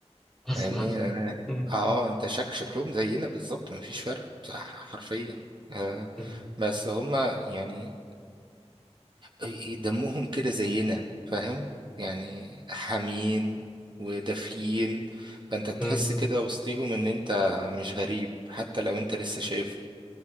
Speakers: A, in the centre; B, on the right (about 40°).
A: اصلا
B: فاهمني أنا-
A: مم.
B: اه انت شك شكلهم زينا بالظبط مفيش فرق بصح- حرفيا آه
A: م-
B: بس هم يعني إيه- دمهم كده زينا فاهم يعني حامين ودافيين فانت تحس
A: م-
B: كده وسطيهم ان انت مش غريب حتى لو انت لسه شايفهم